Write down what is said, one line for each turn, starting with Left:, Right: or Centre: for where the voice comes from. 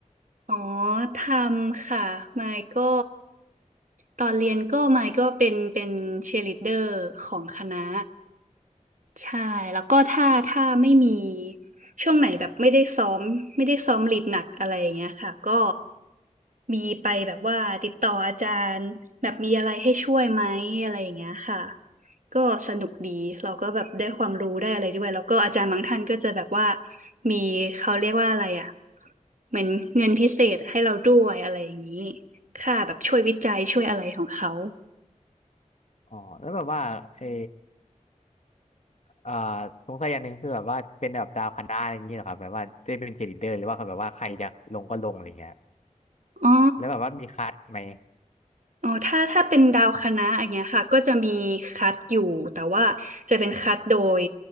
Right: อ๋อทำค่ะมายก็ตอนเรียนก็มายก็เป็นเป็นเชียร์ลีดเดอร์ของคณะ ใช่แล้วก็ถ้าถ้าไม่มีช่วงไหนแบบไม่ได้ซ้อมไม่ได้ซ้อมลีดหนักอะไรอย่างเงี้ยค่ะก็มีไปแบบว่าติดต่ออาจารย์แบบมีอะไรให้ช่วยไหมอะไรอย่างเงี้ยค่ะก็สนุกดีเราก็แบบได้ความรู้ได้อะไรด้วยแล้วก็อาจารย์บางท่านก็จะแบบว่ามีเขาเรียกว่าอะไรอ่ะเหมือนเงินพิเศษให้เราด้วยอะไรอย่างนี้ค่าแบบช่วยวิจัยช่วยอะไรของเขา
Left: อ๋อแล้วแบบว่าเออ เอ่อสงสัยอย่างหนึ่งคือแบบว่าเป็นแบบดาวคณะอะไรอย่างนี้เหรอครับแบบว่าได้เป็นเกรดเดอร์หรือว่าเขาแบบว่าใครจะลงก็ลงอะไรเงี้ย
Right: อ๋อ
Left: แล้วแบบว่ามีคัดไหม
Right: อ๋อถ้าถ้าเป็นดาวคณะอย่างเงี้ยค่ะก็จะมีคัดอยู่แต่ว่าจะเป็นคัดโดย